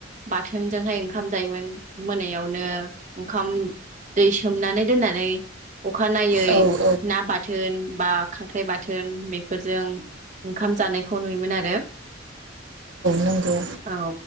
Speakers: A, on the right (about 40°); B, on the right (about 80°).
A: बाथोनजोंहाय ओंखाम जायोमोन मोनायावनो ओंखाम दै सोमनानै दोननानै अखानायै
B: औ औ
A: ना बाथोन बा खांख्राइ बाथोन बेफोरजों ओंखाम जानायखौ नुयोमोन आरो।
B: नंगौ
A: औ